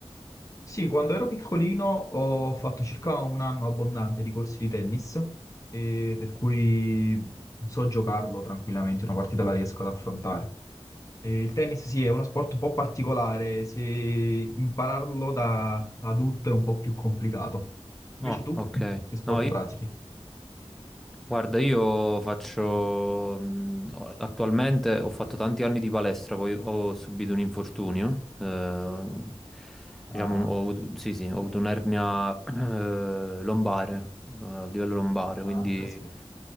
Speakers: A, on the left; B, in the centre.
A: Sì, quando ero piccolino ho fatto circa un anno abbondante di corsi di tennis, e per cui so giocarlo tranquillamente, una partita la riesco ad affrontare. E il tennis sì, è uno sport un po' particolare, se impararlo da adulto è un po' più complicato. Invece
B: Ah,
A: tu,
B: ok.
A: che sport
B: No,
A: pratichi?
B: Guarda, io faccio mh, attualmente ho fatto tanti anni di palestra, poi ho subito un infortunio. eh, diciamo,
A: Ah,
B: ho avuto, sì, sì, ho avuto un'ernia eh, lombare, eh, a livello lombare, quindi
A: ah, caspita.